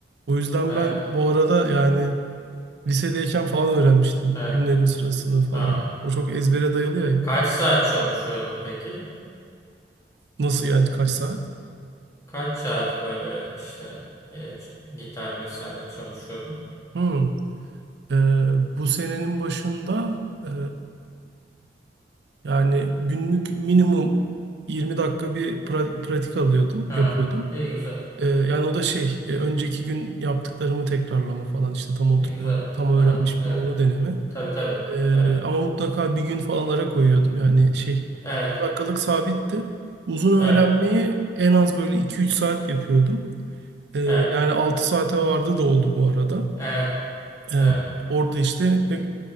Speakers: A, on the right; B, on the left.
A: O yüzden
B: Evet.
A: ben bu arada yani lisedeyken falan öğrenmiştim
B: Evet.
A: günlerin sırasını falan.
B: Ha.
A: O çok ezbere dayalı ya.
B: Kaç saat çalışıyordun peki?
A: Nasıl yani kaç saat?
B: Kaç saat böyle işte e, ç- gitar vesaire çalışıyordun?
A: Hmm. Ee, bu senenin başında e, yani günlük minimum 20 dakika bir pra- pratik alıyordum,
B: Ha.
A: yapıyordum.
B: İyi güzel.
A: Ee, yani o da şey, e, önceki gün yaptıklarımı tekrarlama falan işte tam oturtma,
B: İyi güzel.
A: tam öğrenmiş
B: Aha.
A: miyim
B: Evet.
A: onu deneme.
B: Tabii tabii.
A: Ee,
B: Evet.
A: ama mutlaka bir gün falan ara koyuyordum. Yani şey 20
B: Evet.
A: dakikalık sabitti. Uzun
B: Evet.
A: öğrenmeyi en az böyle iki üç saat yapıyordum. Ee,
B: Evet.
A: yani 6 saate vardı da oldu bu arada.
B: Evet,
A: Ee,
B: evet,
A: orada işte ne,